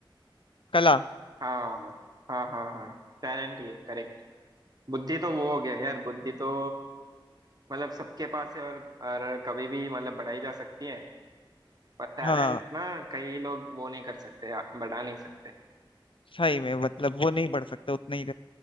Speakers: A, on the left; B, on the right.
A: कला
B: हाँ हाँ हाँ हाँ टैलेंट ये करेक्ट बुद्धि तो वो हो गया यार बुद्धि तो मतलब सबके पास है और, और कभी भी मतलब बढ़ाई जा सकती है पर टैलेंट
A: हाँ
B: ना कई लोग वो नहीं कर सकते या बढ़ा नहीं सकते
A: सही में मतलब वो नहीं बढ़ सकता उतना ही